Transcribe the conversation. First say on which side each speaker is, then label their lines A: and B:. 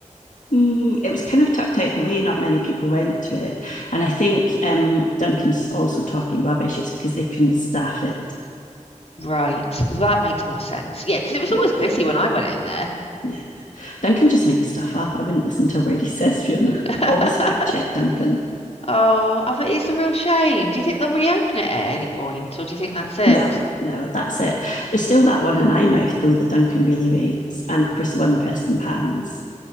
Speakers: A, on the left (about 70°); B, on the left (about 50°).
A: Mm, it was kind of tucked out the way. Not many people went to it, and I think um, Duncan's also talking rubbish. It's because they couldn't staff it.
B: Right, that makes more sense. Yeah, because it was
A: Yeah,
B: always busy when I went in there.
A: yeah. Duncan just makes stuff up. I wouldn't listen to a word he says, Fiona.
B: <laughs>
A: Always fact check, Duncan.
B: Oh, I bet it's a real shame. Do you think they'll reopen it at any point, or do you think that's it?
A: No, no, that's it. There's still that one in Eyemouth though that Duncan really rates, and of course the one in Preston Pans.